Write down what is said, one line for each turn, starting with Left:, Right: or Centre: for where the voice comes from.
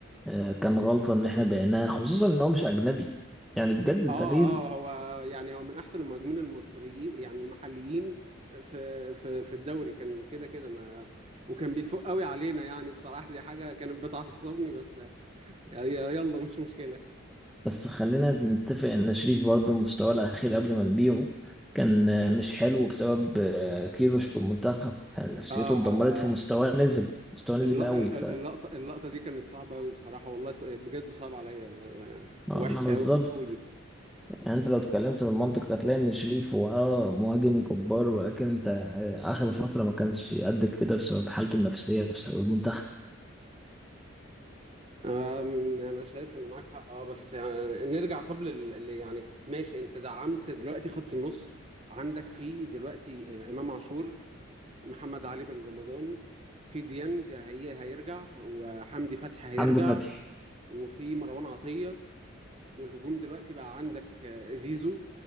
Centre: آه، كان غلطة إن إحنا بعناه خصوصا إن هو مش أجنبي يعني بجد أنت
Right: اه
Centre: ليه
Right: اه هو يعني هو من احسن المهاجمين المصريين يعني المحليين في في في الدوري كان كده كده ما وكان بيفوق قوي علينا يعني بصراحة دي حاجة كانت بتعصبني بس ي- يلا مش مشكلة
Centre: بس خلينا نتفق إن شريف برضه مستواه الأخير قبل ما نبيعه كان آه، مش حلو بسبب آه، كيروش في المنتخب يعني نفسيته
Right: اه آه،
Centre: اتدمرت فمستواه
Right: آه.
Centre: نزل مستواه نزل
Right: الل-
Centre: قوي
Right: ال-
Centre: ف
Right: ال- اللقطة اللقطة دي كانت صعبة قوي بصراحة والله ص- بجد صعبة عليا
Centre: ما-
Right: وحشة
Centre: ما بالظبط
Right: قوي قوي
Centre: يعني أنت لو اتكلمت بالمنطق هتلاقي إن شريف هو أه مهاجم جبار ولكن أنت آه، آخر فترة ما كانش قد كده بسبب حالته النفسية بسبب المنتخب
Right: أم، انا شايف ان معاك حق اه بس يعني نرجع طب لل لل- يعني ماشي انت دعمت دلوقتي خط النص عندك فيه دلوقتي آه، امام عاشور محمد علي بن رمضان في ديانج هي هيرجع وحمدي فتحي هيرجع
Centre: حمدي فتحي
Right: وفي مروان عطية والهجوم دلوقتي بقى عندك آه، زيزو